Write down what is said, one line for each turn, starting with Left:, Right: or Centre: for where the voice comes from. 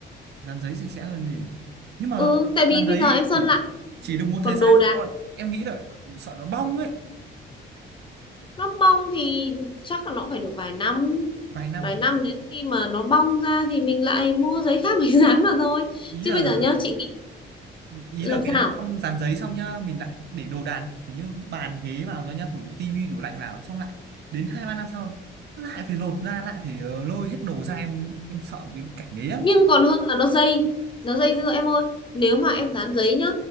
Right: dán giấy sạch sẽ hơn gì nhưng mà
Left: ừ tại
Right: dán
Left: vì bây
Right: giấy
Left: giờ em sơn
Right: chỉ
Left: lại
Right: chỉ được một
Left: còn
Right: thời gian
Left: đồ đạc
Right: thôi em nghĩ là sợ nó bong ấy
Left: nó bong thì chắc là nó cũng phải được vài năm
Right: vài năm
Left: vài năm đến khi mà nó bong ra thì mình lại mua giấy khác mình <laughs> dán vào thôi
Right: ý
Left: chứ
Right: là
Left: bây giờ nhá chị nghĩ
Right: ý
Left: làm
Right: là
Left: sao
Right: cái xong dán giấy xong nhá mình lại để đồ đạc kiểu như bàn ghế vào rồi nhá tủ tivi tủ lạnh vào xong lại đến hai ba năm sau lại phải lột ra lại phải ờ, lôi hết đồ ra em em sợ cái cảnh đấy lắm
Left: nhưng còn hơn là nó dây nó dây dưa em ơi nếu mà em dán giấy nhá